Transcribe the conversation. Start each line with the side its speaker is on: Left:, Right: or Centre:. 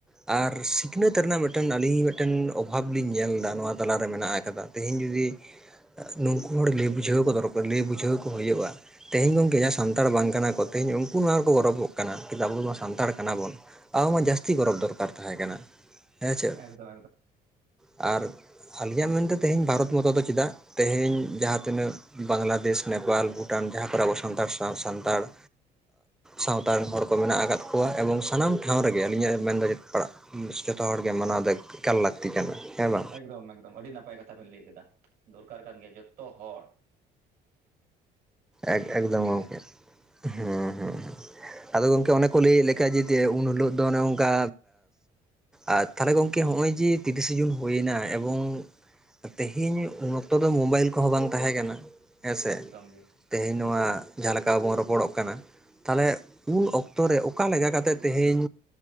Centre: ᱟᱨ ᱥᱤᱠᱷᱱᱟᱹᱛ ᱨᱮᱱᱟᱜ ᱢᱤᱫᱴᱮᱱ ᱟᱹᱰᱤ ᱢᱤᱫᱴᱟᱝ ᱚᱵᱷᱟᱵᱽ ᱞᱤᱧ ᱧᱮᱞ ᱮᱫᱟ ᱱᱚᱣᱟ ᱛᱟᱞᱟᱨᱮ ᱢᱮᱱᱟᱜ ᱟᱠᱟᱫᱟ ᱛᱮᱦᱮᱧ ᱡᱩᱫᱤ ᱱᱩᱠᱩ ᱦᱚᱲ ᱞᱟᱹᱭ ᱵᱩᱡᱷᱟᱹᱣ ᱠᱚ ᱫᱚᱨᱠᱟᱨ ᱞᱟᱹᱭ ᱵᱩᱡᱷᱟᱹᱣ ᱠᱚ ᱦᱩᱭᱩᱜᱼᱟ ᱛᱮᱦᱮᱧ ᱜᱚᱝᱠᱮ ᱡᱟᱦᱟᱸ ᱥᱟᱱ ᱥᱟᱱᱛᱟᱲ ᱵᱟᱝ ᱠᱟᱱᱟ ᱠᱚ ᱛᱮᱦᱤᱧ ᱩᱱᱠᱩ ᱱᱚᱣᱟ ᱨᱮᱠᱚ ᱜᱚᱨᱚᱵᱚᱜ ᱠᱟᱱᱟ ᱠᱤᱱᱛᱩ ᱟᱵᱚ ᱢᱟ ᱥᱟᱱᱟᱲ ᱠᱟᱱᱟ ᱟᱵᱚᱱ ᱢᱟ ᱡᱟᱹᱛᱤ ᱡᱟᱹᱥᱛᱤ ᱜᱚᱨᱚᱵᱽ ᱫᱚᱨᱠᱟᱨ ᱛᱟᱦᱮᱸ ᱠᱟᱱᱟ ᱦᱮᱸ ᱪᱮ,
Right: ᱮᱠᱫᱚᱢ
Centre: ᱟᱨ ᱟᱹᱞᱤᱧᱟᱜ ᱢᱮᱱᱛᱮ ᱛᱮᱦᱮᱧ ᱵᱷᱟᱨᱚᱛ ᱢᱚᱛᱚ ᱫᱚ ᱪᱮᱫᱟᱜ ᱛᱮᱦᱮᱧ ᱡᱟᱦᱟᱸ ᱛᱤᱱᱟᱹᱜ ᱵᱟᱝᱞᱟᱫᱮᱥ ᱱᱮᱯᱟᱞ ᱵᱷᱩᱴᱟᱱ ᱡᱟᱦᱟᱸ ᱠᱚᱨᱮ ᱟᱵᱚ ᱥᱟᱱᱛᱟᱲ ᱥᱟᱶ ᱥᱟᱱᱛᱟᱲ ᱥᱟᱶᱛᱟ ᱨᱮᱱ ᱦᱚᱲ ᱠᱚ ᱢᱮᱱᱟᱜ ᱟᱠᱟᱫ ᱠᱚᱣᱟ ᱮᱵᱚᱝ ᱥᱟᱱᱟᱢ ᱴᱷᱟᱶ ᱨᱮᱜᱮ ᱟᱹᱞᱤᱧᱟᱜ ᱢᱮᱱᱫᱚ ᱯᱟᱲᱟᱜ ᱡᱚᱛᱚ ᱦᱚᱲ ᱜᱮ ᱢᱟᱱᱟᱣ ᱫᱚ ᱮᱠᱟᱞ ᱞᱟᱹᱠᱛᱤ ᱠᱟᱱᱟ ᱦᱮᱸ ᱵᱟᱝ
Right: ᱮᱠᱫᱚᱢ ᱮᱠᱫᱚᱢ ᱟᱹᱰᱤ ᱱᱟᱯᱟᱭ ᱠᱟᱛᱷᱟ ᱵᱤᱱ ᱞᱟᱹᱭ ᱠᱮᱫᱟ ᱫᱚᱨᱠᱟᱨ ᱠᱟᱱ ᱜᱮᱭᱟ ᱡᱚᱛᱚ ᱦᱚᱲ
Centre: ᱮ
Right: ᱱᱚᱣᱟ
Centre: ᱮᱠᱫᱚᱢ
Right: ᱫᱷᱟᱹᱨᱛᱤ
Centre: ᱜᱚᱝᱠᱮ
Right: ᱨᱮᱱ
Centre: ᱦᱮᱸ ᱦᱮᱸ ᱦᱸ ᱟᱫᱚ ᱜᱚᱢᱠᱮ ᱚᱱᱮ ᱠᱚ ᱞᱟᱹᱭᱮᱫ ᱞᱮ ᱞᱮᱠᱟ ᱡᱮ ᱩᱱᱦᱤᱞᱳᱜ ᱫᱚ ᱚᱱᱮ ᱚᱱᱠᱟ ᱟᱨ ᱛᱟᱦᱚᱞᱮ ᱜᱚᱢᱠᱮ ᱱᱚᱜᱼᱚᱭ ᱡᱮ ᱛᱤᱨᱤᱥᱮ ᱡᱩᱱ ᱦᱩᱭᱱᱟ ᱮᱵᱚᱝ ᱛᱮᱦᱮᱧ ᱢᱚᱛᱚ ᱚᱠᱛᱚ ᱫᱚ ᱢᱳᱵᱟᱭᱤᱞ ᱠᱚᱦᱚᱸ ᱵᱟᱝ ᱛᱟᱦᱮᱸ ᱠᱟᱱᱟ ᱦᱮᱸᱥᱮ?
Right: ᱵᱟᱝ ᱜᱮ ᱾
Centre: ᱛᱮᱦᱮᱧ ᱱᱚᱣᱟ ᱡᱟᱦᱟᱸ ᱞᱮᱠᱟ ᱵᱚᱱ ᱨᱚᱯᱚᱲᱚᱜ ᱠᱟᱱᱟ ᱛᱟᱦᱚᱞᱮ ᱩᱱ ᱚᱠᱛᱚ ᱚᱠᱛᱚ ᱨᱮ ᱚᱠᱟ ᱞᱮᱠᱟ ᱠᱟᱛᱮᱫ ᱛᱮᱦᱮᱧ